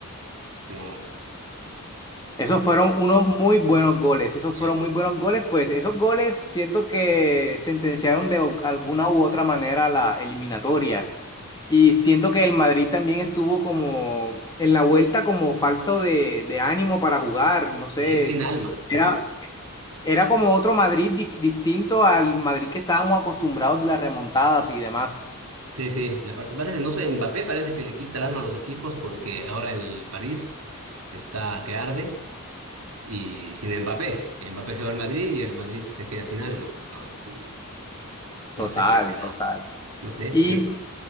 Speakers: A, on the right; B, on the left.
A: no,
B: Esos
A: pues,
B: fueron unos muy buenos goles, esos
A: sí,
B: fueron muy buenos goles, pues esos goles siento que sentenciaron de o- alguna u otra manera la eliminatoria. Y siento que el Madrid también estuvo como en la vuelta como falto de, de ánimo para jugar, no sé,
A: sí, sin alma, ¿no?
B: era, era como otro Madrid di- distinto al Madrid que estábamos acostumbrados de las remontadas y demás.
A: Sí, sí, le falta, parece, no sé, Mbappé parece que le quita el alma a los equipos porque ahora el París está que arde y sin Mbappé, Mbappé se va al Madrid y el Madrid se queda sin alma, no, no
B: Total,
A: sé qué será,
B: total.
A: no sé.
B: Y
A: eh,